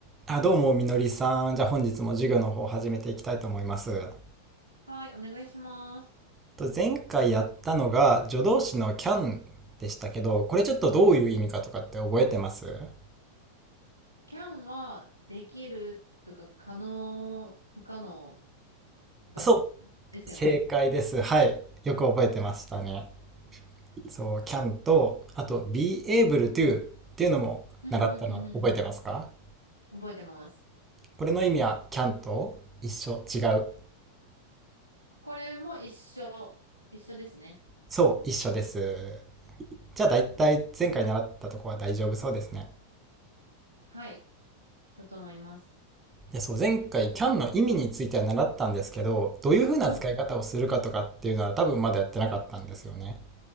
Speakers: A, on the right; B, on the right.
A: あ、どうも、みのりさん。じゃあ本日も授業の方を始めていきたいと思います。
B: はい、お願いします。
A: と前回やったのが助動詞の can でしたけど、これちょっとどういう意味かとかって覚えてます
B: キャンはできるとか可能、不可能だ、
A: そ
B: ですよね。
A: う、正解です。はい。よく覚えてましたね。そう、can と、あと be able to っていうのも習ったの覚えてますか
B: うんうんうんうん。覚えてます。
A: これの意味は can と一緒、違う。
B: これも一緒。一緒ですね。
A: そう、一緒です。じゃあ大体前回習ったとこは大丈夫そうですね。
B: はい。だと思います。
A: いやそう、前回 CAN の意味については習ったんですけど、どういうふうな使い方をするかとかっていうのは多分まだやってなかったんですよね。
B: うん。